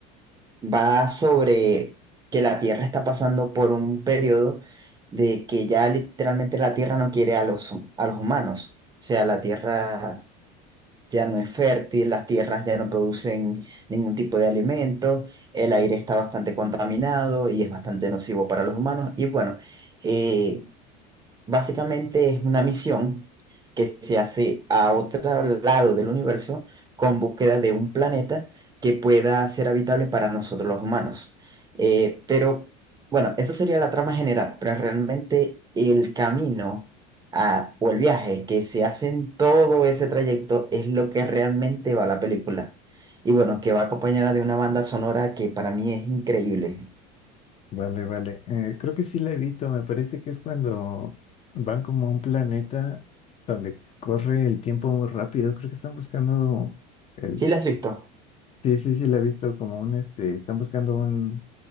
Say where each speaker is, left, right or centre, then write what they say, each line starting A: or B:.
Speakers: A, on the right; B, on the left.
A: va sobre que la Tierra está pasando por un periodo de que ya literalmente la Tierra no quiere a los, a los humanos. O sea, la Tierra ya no es fértil, las tierras ya no producen ningún tipo de alimento, el aire está bastante contaminado y es bastante nocivo para los humanos. Y bueno, eh, Básicamente es una misión que se hace a otro lado del universo con búsqueda de un planeta que pueda ser habitable para nosotros los humanos. Eh, pero bueno, esa sería la trama general, pero realmente el camino a- o el viaje que se hace en todo ese trayecto es lo que realmente va a la película. Y bueno, que va acompañada de una banda sonora que para mí es increíble.
B: Vale, vale. Eh, creo que sí la he visto, me parece que es cuando van como a un planeta donde corre el tiempo muy rápido. Creo que están buscando el...
A: ¿Sí la has visto?
B: Sí, sí, sí la he visto como un este, están buscando un,